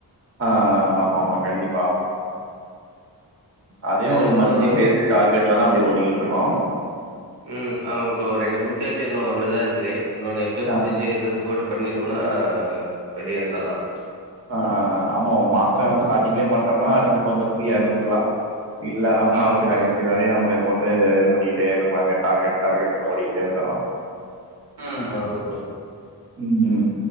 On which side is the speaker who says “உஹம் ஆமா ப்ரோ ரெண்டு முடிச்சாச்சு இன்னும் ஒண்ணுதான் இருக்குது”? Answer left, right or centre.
Right